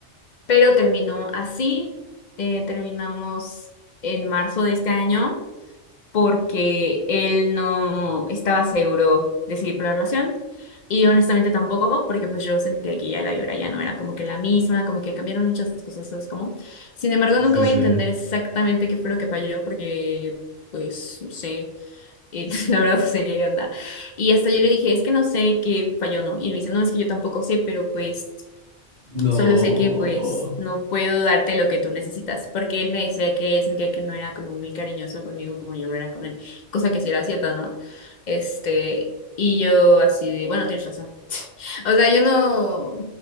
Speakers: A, on the left; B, on the right.
A: pero terminó así. eh, terminamos en marzo de este año porque él no estaba seguro de seguir con la relación y yo honestamente tampoco porque pues yo sentía que ya la vibra ya no era como que la misma, como que cambiaron muchas cosas, ¿sabes cómo? Sin embargo,
B: Sí,
A: nunca
B: sí,
A: voy
B: sí.
A: a entender exactamente qué fue lo que falló porque pues no sé, eh, <laughs> la verdad no sé qué onda. Y hasta yo le dije, es que no sé qué falló, ¿no? Y me dice, no, es que yo tampoco sé, pero pues...
B: No.
A: Solo sé que pues no puedo darte lo que tú necesitas, porque él me decía que él sentía que no era como muy cariñoso conmigo como yo lo era con él, cosa que sí era cierta, ¿no? Este, y yo así de, bueno, tienes razón. O sea, yo no,